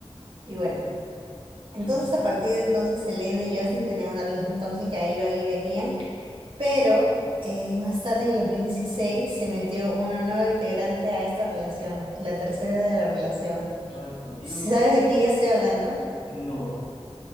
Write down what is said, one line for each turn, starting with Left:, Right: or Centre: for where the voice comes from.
Right: Y bueno. Entonces,
Left: Ujú.
Right: a partir de entonces, Selena y Justin tenían una relación tóxica, iban y venían, pero eh, más tarde, en el 2016 se metió una nueva integrante a esta relación, la tercera de la relación.
Left: Ay, por Dios.
Right: ¿Sí ¿Sabes de quién estoy hablando?
Left: No.